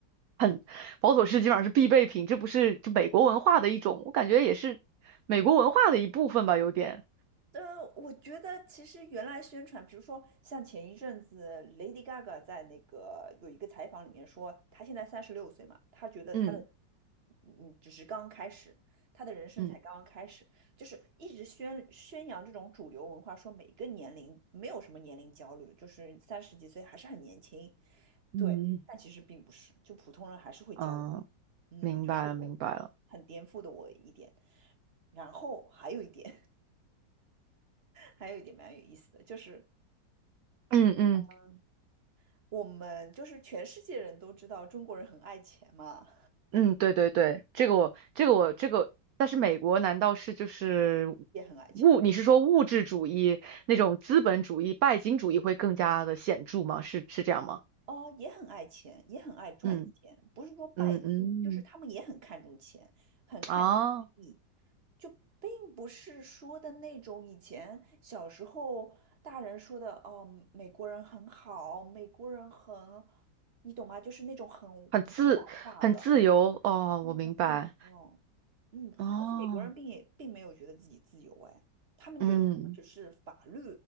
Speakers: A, on the right (about 65°); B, on the right (about 35°).
A: 很保妥适基本上是必备品，这不是就美国文化的一种，我感觉也是美国文化的一部分吧，有点
B: 呃，我觉得其实原来宣传，比如说像前一阵子 Lady Gaga 在那个有一个采访里面说，她现在三十六岁嘛，她觉得她的
A: 嗯
B: 嗯只是刚刚开始，她的人生才刚刚开始，
A: 嗯。
B: 就是一直宣宣扬这种主流文化，说每个年龄没有什么年龄焦虑，就是三十几岁还是很年轻，
A: 嗯
B: 对，但其实并不是，就普通人还是会焦虑的嗯，
A: 嗯，明白了，
B: 这是我很颠覆的我一点，
A: 明白了。
B: 然后还有一点。还有一点蛮有意思的，就是
A: 嗯嗯
B: 嗯，我们就是全世界人都知道中国人很爱钱嘛，
A: 嗯，对对对，这个我这个我这个，但是美国难道是就是
B: 也很爱钱
A: 物？你是说物质主义那种资本主义、拜金主义会更加的显著吗？是是这样吗？
B: 哦，也很爱钱，也很爱赚钱，
A: 嗯
B: 不是说拜金，
A: 嗯嗯，
B: 就是他们也很看重钱，很看重利益，
A: 啊，
B: 就并不是说的那种以前小时候大人说的哦，美国人很好，美国人很，你懂吗？就是那种很理想化的。
A: 很自很自由哦，
B: 哦，
A: 我明白
B: 对，没有，嗯，
A: 哦，
B: 而且美国人并也并没有觉得自己自由，哎，他们觉得我们只是法律
A: 嗯